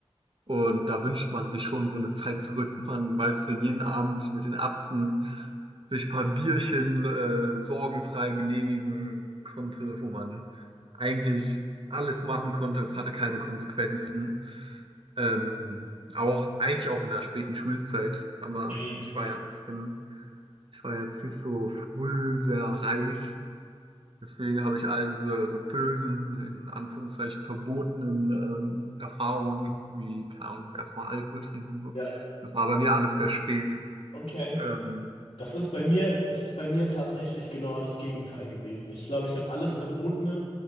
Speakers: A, on the right; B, on the left.
A: Und da wünscht man sich schon so eine Zeit zurück. Man weiß für jeden Abend mit den Erbsen sich ein paar Bierchen äh, sorgenfrei genehmigen konnte, wo man eigentlich alles machen konnte. Es hatte keine Konsequenzen. Ähm, auch eigentlich auch in der späten Schulzeit. Aber
B: ja,
A: ich war ja ein bisschen, ich war jetzt nicht so früh sehr reif. Deswegen habe ich all diese so bösen, in Anführungszeichen verbotenen ähm, Erfahrungen, wie, keine Ahnung, das erste Mal Alkohol trinken und so.
B: ja,
A: Das war bei mir alles sehr spät.
B: okay.
A: Ähm,
B: Das ist bei mir,
A: ja.
B: das ist bei mir tatsächlich genau das Gegenteil gewesen. Ich glaube, ich habe alles Verbotene,